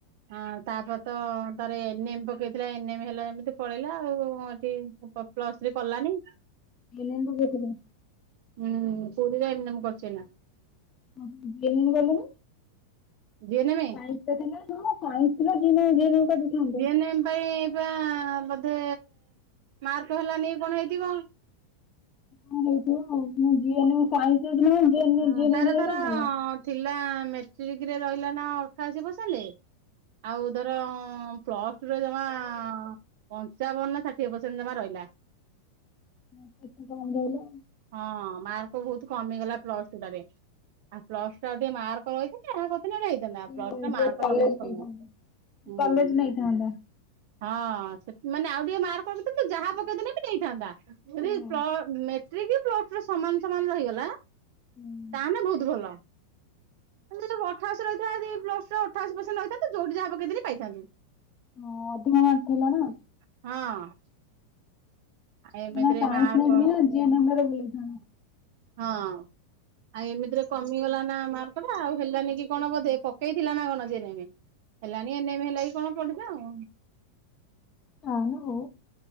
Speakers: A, on the right; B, on the left.
A: ହଁ ତାପରେ ତ ତାର ଏନ୍ ଏମ୍ ପକେଇଥିଲା ଏନ୍ ଏମ୍ ହେଲା ଯେମିତି ପଳେଇଲା ଆଉ। ଏଠି ପ୍ଲସ ଥ୍ରୀ କଲାନି।
B: <unintelligible> କହୁଥିଲେ।
A: ହୁଁ ପୁରୀରେ ଏନ୍ ଏମ୍ କରୁଚି ଏଇନା।
B: ଓ ହୋ <unintelligible> ଗଲେନି।
A: ଜିଏନେମେ
B: ସାଇନ୍ସ୍ ତ ଥିଲା ଶୁଣ ସାଇନ୍ସ୍ ଥିଲା। ଜୁନିଅର ଯିଏ ଏନ୍ ଏମ୍ ଟା ଦେଇଥାନ୍ତ।
A: ହେନ୍ ପାଇଁ ଆ ବୋଧେ ମାର୍କ ହେଲା ନି କି କଣ ହେଇଥିବ।
B: କଣ ହେଇଥିବ ଆଉ ଯିଏ ସାଇନ୍ସ୍ ନେଉଛଚି ମାନେ ଯି ଏନ୍
A: ହଁ
B: ଯି ଏନ୍
A: ତାର
B: ଏମ୍ ନେଇଥିବ
A: ଧର
B: ମାନେ ଭଲ।
A: ଥିଲା ମେଟ୍ରିକରେ ରହିଲା ନା ଅଠାଅଶୀ ପର୍ସେଣ୍ଟ୍। ଆଉ ଧର ପ୍ଲ ଟୁ ରେ ଜମା ପଞ୍ଚାବନ ନା ଷାଠିଏ ପରସେଣ୍ଟ ଜମା ରହିଲା।
B: ସେଠି କମ୍ ରହିଲା।
A: ହଁ ମାର୍କ ବୋହୁତୁ କମିଗଲା। ପ୍ଲସଟୁ ଟାରେ। ଆଉ ପ୍ଲସଟୁ ଟା ଆଉ ଟିକେ ମାର୍କ ରହିଥାନ୍ତା ଯାହା କରିଥିନେ କଣ ହେଇ
B: ହୁଁ
A: ପ୍ଲସ ଟୁ ଟା
B: ଯୋଉ
A: ମାର୍କ
B: କଲେଜ
A: ଟା ବହୁତ କମିଗଲା
B: ନେଇଥାନ୍ତା।
A: ହୁଁ।
B: କଲେଜ ନେଇଥାନ୍ତା।
A: ହଁ ସେଠି ମାନେ ଆଉ ଟିକେ ମାର୍କ ରଖିଥିଲେ ତୁ ଯାହା ପକେଇଥିନେ ବି ନେଇଥାନ୍ତା। ପୁରି
B: ହୁଁ
A: ପ୍ଲ ମେଟ୍ରିକ ପ୍ଲସ ଟୁରେ ସମାନ ସମାନ ରହିଗଲା
B: ହୁଁ।
A: ତାହାନେ ବହୁତ ଭଲ। ହେଲେ ତୁ ଅଠାଅଶୀ ରହିଥାଆ ପ୍ଲସ ଟୁ ରେ ଅଠାଅଶୀ ପରସେଣ୍ଟ ରଖିଥାନ୍ତୁ ଯୋଉଠି ଯାହା ପକେଇଥିନେ ପାଇଥାନ୍ତୁ।
B: ହଁ ଅଧିକା ମାର୍କ ଥିଲା ନା।
A: ହଁ। ଏମିତିରେ
B: ଆମ ସାଇନ୍ସ
A: ମାର୍କ
B: ନଥିଲା ନା ଜି ଏନ୍ ଏମ୍ ରେ ଭଲ ହେଇଥାନ୍ତା।
A: ହଁ। ଆଉ ଏମିତିରେ କମିଗଲା ନା ମାର୍କ ଟା ଆଉ ହେଲାନି କି କଣ ବୋଧେ ପକେଇଥିଲା ନା କଣ ଜି ଏନ୍ ଏମ୍। ହେଲାନି ଏନେ ମେ ହେଲା କି କଣ ପଡିଲା ଆଉ।
B: ଅ ହଁ ମ ହଉ।